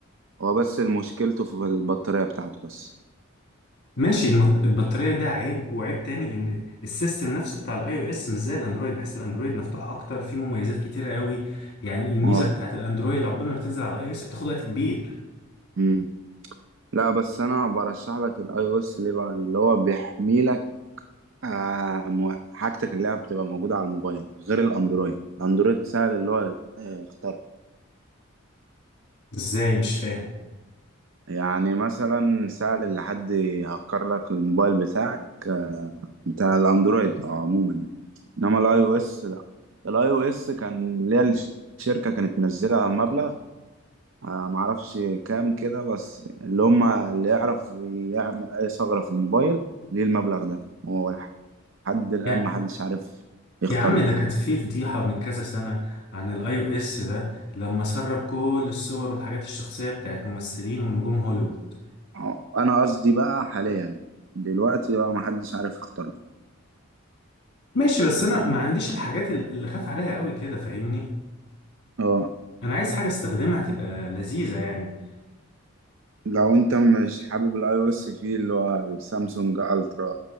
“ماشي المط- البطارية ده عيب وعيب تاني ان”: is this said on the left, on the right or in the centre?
Left